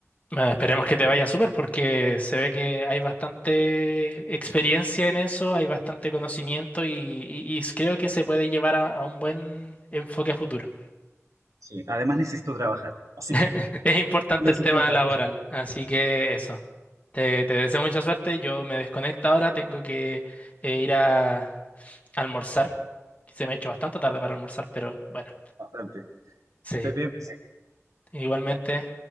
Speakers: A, on the left; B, on the right.
A: Bueno, esperemos que te vaya súper porque se ve que hay bastante experiencia en eso, hay bastante conocimiento y, y- y creo que se puede llevar a, a un buen enfoque a futuro.
B: Sí, además necesito trabajar, así
A: <laughs>
B: que
A: Es importante
B: <laughs> es
A: el
B: importante,
A: tema laboral, así que eso. Te, te deseo mucha suerte. Yo me desconecto ahora, tengo que eh, ir a almorzar. Se me ha hecho bastante tarde para almorzar, pero bueno,
B: bastante.
A: sí.
B: Que estés bien.
A: Igualmente.